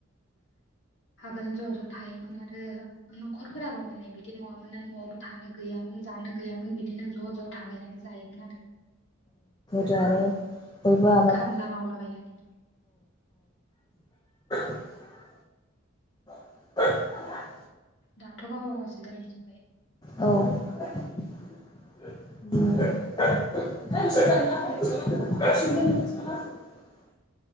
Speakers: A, on the left (about 60°); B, on the left (about 20°).
A: आगोल ज' ज' थायोमोन आरो न'खरफोराबो माने बिदि नङामोन ना न'आवबो। थानो गैयामोन जानो गैयामोन बि। बिदिनो ज' ज' थालायनानै जायोमोन आरो।
B: ज आरो। फोर आबाद।
A: खामला मावलाबायनानै
B: <unintelligible> <unintelligible>
A: दाथ' गावबा गावसो जालांजोबबाय।
B: औ <unintelligible>